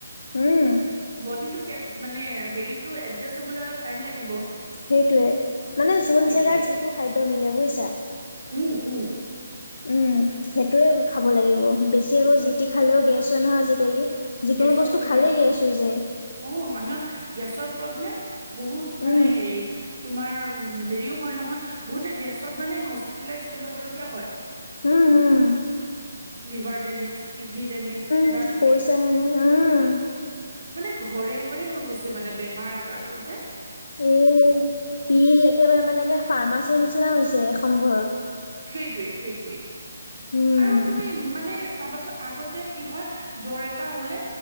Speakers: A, on the left (about 60°); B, on the right (about 60°).
A: উম।
B: বডিটো কে মানে হেৰিতটো এডজাষ্ট হবলৈ অলপ টাইম লাগিব।
A: সেইটোৱে মানে যোন
B: সেইটোৱে।
A: জেগাত যিটো খাদ্য মিলে বুজিছা?
B: উম, উম,
A: উম, সেইটোৱে খাব লাগিব বেছি আকৌ জি টি খালেও গেছ হয় নহয় আজিকালি। যিকোনো
B: গেছৰ
A: বস্তু
B: প্ৰব্লেম
A: খালেই, গেছ হৈ যায়।
B: অ', মানুহৰ গেছৰ প্ৰব্লেম, বহুত মানে
A: উম।
B: হেৰি। তোমাৰ, হেৰিও হয় নহয় বহুতে গেছত মানে হস্পিতেলাইজ হৈ যাবলগীয়া হয়।
A: উম হুম
B: লিভাৰ ডেমেজ কিডনি ডেমেজ কিবা
A: উম
B: কিবি
A: কৈছাহেনে উম
B: মানে ঘৰে ঘৰে হৈ গৈছে মানে বেমাৰ আজাৰবোৰ যে
A: এ পিল একেবাৰে মানে ফাৰ্মাচীৰ নিচিনা হৈছে এখন ঘৰত
B: সেইটোৱে সেইটোৱে
A: উম
B: আৰু তুমি মানে চাবাচো চ আগতে কি হয় জ্বৰ এটা হলে